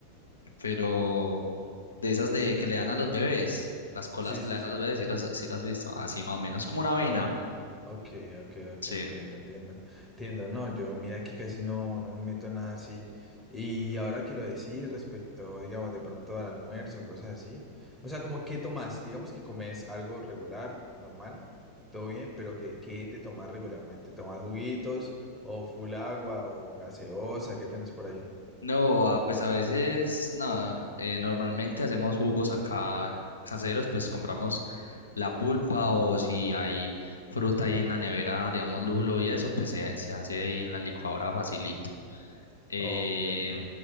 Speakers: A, on the left (about 75°); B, in the centre.
A: pero de esas de que le dan a los bebés, las coladas
B: Sí,
A: que
B: sí,
A: le dan
B: sí.
A: a los bebés, si las, sí las has visto, así más o menos, como una avena,
B: Okay, okay, okay, okay,
A: sí.
B: entiendo, entiendo, entiendo, no, yo mira aquí casi no, no me meto en nada así, y ahora que lo decís respecto, digamos, de pronto al almuerzo, cosas así, o sea, como qué tomás, digamos que comes algo regular, normal, todo bien, pero que, ¿qué te tomás regularmente? ¿Tomás juguitos o full agua o gaseosa? ¿Qué tenés por ahí?
A: No, ah, pues a veces, nada, eh, normalmente hacemos jugos acá caseros, pues compramos. la pulpa o si hay fruta ahí en la nevera, digamos lulo y eso, pues se, se hace ahí en la licuadora facilito. Eh,
B: Okay, okay.